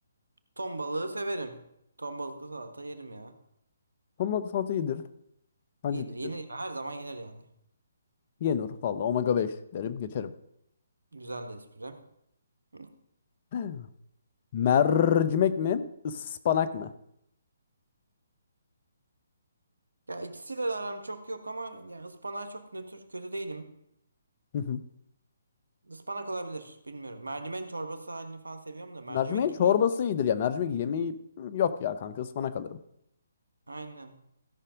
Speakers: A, on the right; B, on the left.
A: Ton balığı severim. Ton balıklı salata yerim ya.
B: Ton balıklı salata iyidir. Bence
A: İyidir
B: de
A: yenir
B: iyidir.
A: ya her zaman yenir yani.
B: Yenir. Valla omega 5 derim. Geçerim.
A: Güzel de espri. Hı.
B: <clears throat> Mercimek mi? Ispanak mı?
A: Ya ikisiyle de aram çok yok ama yani ıspanağa çok nötr kötü değilim.
B: Hı hı.
A: Ispanak olabilir bilmiyorum. Mercimek çorbası halini falan seviyorum da mercimek
B: Mercimeğin çorbası
A: yemeği.
B: iyidir ya. Mercimek yemeği hmm, yok ya kanka. Ispanak alırım.
A: <laughs> Aynen.